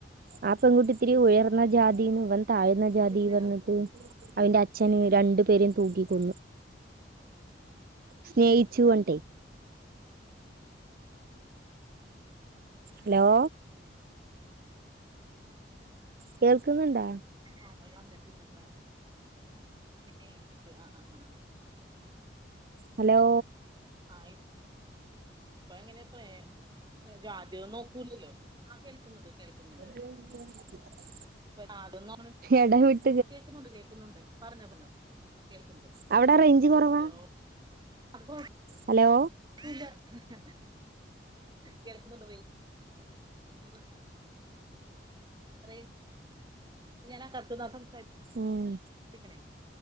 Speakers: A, on the right; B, on the right.
A: ആഹ് പെൺകുട്ടി ഇത്തിരി ഉയർന്ന ജാതിന്ന്വൻ താഴ്ന്ന ജാതി
B: പിന്നെ
A: പറ്ഞ്ഞിട്ട് അവന്റെ അച്ഛന് രണ്ടു പേരെയും തൂക്കിക്കൊന്നു സ്നേഹിച്ചു കൊണ്ടെയ് ഹലോ കേൾക്കുന്നുണ്ടാ
B: ആഹ് പോയണ്ടിട്ടില്ലത്താ സ്നേട്ടിട്ട് ആഹ് ആഹ് ആഹ്
A: ഹലോ
B: ആയ് ഇപ്പ എങ്ങനെ പ്പെ ജാതിം നോക്കൂലല്ലോ. ആ കേൾക്കുന്നുണ്ട് കേൾക്കുന്നുണ്ട്
A: <unintelligible>
B: ഇപ്പ <unintelligible>
A: എടവിട്ട്
B: ആ കേക്കുന്നുണ്ട് കേക്കുന്നുണ്ട് പറഞ്ഞോ പറഞ്ഞോ കേൾക്ക്ണ്ട്
A: അവിടെ റേഞ്ച് കുറവാ
B: ഹലോ. അപ്പോ
A: ഹലോ
B: <unintelligible> കേൾക്കുന്നുണ്ടൊ വെയ് <unintelligible> പറയ് ഞാനാ <unintelligible> സംസാരിക്ക്ന്നെ
A: ഉം